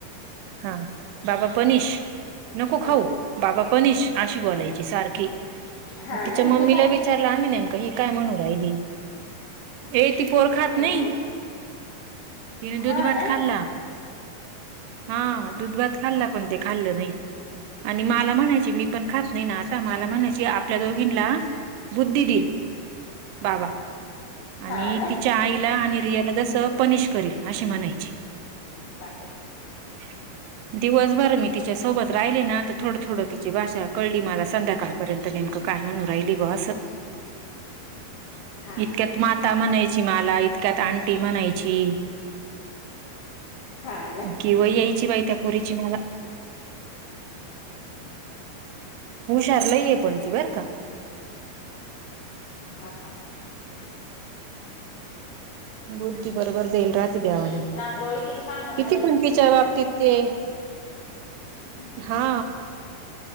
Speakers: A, on the right; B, on the left.
A: हा बाबा पनिश नको
B: हा
A: खाऊ,
B: हा
A: बाबा पनिश अशी बोलायची सारखी.
B: हा
A: मग तिच्या
B: ना
A: मम्मीला
B: ती खात
A: विचारलं आम्ही नेमका ही काय म्हणू राहिली <unintelligible> ए ती पोरखात
B: हा
A: नाही
B: हा
A: तिन दुध
B: हा
A: भात
B: ना
A: खाल्ला हा दुध भात खाल्ला <unintelligible> पण ते खाल्लं नाही आणि मला म्हणायची मी पण खात नाही ना आता मला म्हणायची आपल्या दोघींना बुद्धिडील बाबा आणि
B: हा ना
A: तिच्या आईला आणि रियाला
B: हा.
A: जस पनिश करील अशी म्हणायची
B: बापे
A: <unintelligible> दिवसभर मी तिच्यासोबत राहिले ना तर थोडं थोडं तिची भाषा कळली मला संध्याकाढते <unintelligible> पर्यंत नेमकं काय म्हणून राहिली बस <unintelligible>
B: हा
A: इतक्यात माता म्हणायची मला इतक्यात आणंटी म्हणायची
B: हा ना
A: किंवा यायची बाहि त्या पोरीची मला हुशार लई ये पण ती बर का
B: हा
A: बुद्धी बरोबर देईल राहते देवाने
B: अशी नाक डोळे किती छान आहे
A: किती
B: हाईट
A: कोंतीच्या
B: बी किती
A: बाबतीत
B: ती
A: <unintelligible> ते
B: हम्म.
A: हा